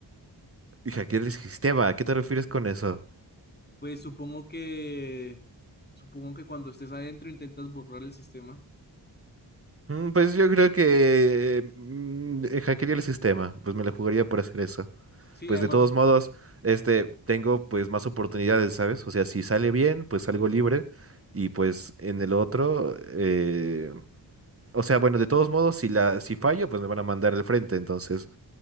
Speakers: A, on the right; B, on the left.
A: Y hackear el sistema, ¿a qué te refieres con eso?
B: Pues supongo que supongo que cuando estés adentro intentas borrar el sistema.
A: Mm, Pues yo creo que eh, mm, eh, hackearía el sistema. Pues me lo jugaría por hacer eso.
B: Sí,
A: pues
B: además,
A: de todos modos, este, tengo pues más oportunidades, ¿sabes? O sea, si sale bien, pues salgo libre y pues en el otro, eh, o sea, bueno, de todos modos, si la, si fallo, pues me van a mandar al frente, entonces,